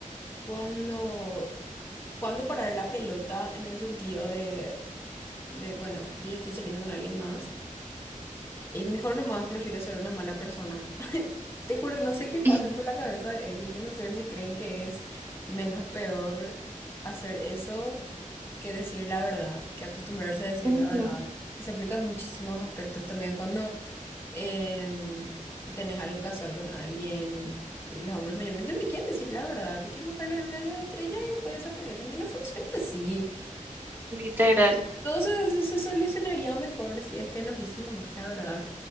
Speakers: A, on the left; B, on the right.
A: cuándo, cuándo parar la pelota en el sentido de, de, bueno, yo ya estoy saliendo con alguien más. Y mejor nomás prefiero ser una mala persona. Te juro, no sé qué pasa
B: <laughs>
A: por la cabeza de ellos. Yo no sé si creen que es menos peor hacer eso que decir la verdad, que acostumbrarse a decir
B: Ujú,
A: la verdad. Y se aplica en muchísimos aspectos también cuando em, tenés algo casual con alguien y los hombres mayormente no te quieren decir la verdad, te quieren mostrar la luna y las estrellas y después desaparecen. Y no funciona así.
B: Literal.
A: Todo se, se solucionaría mejor si es que nos dicen nomás la verdad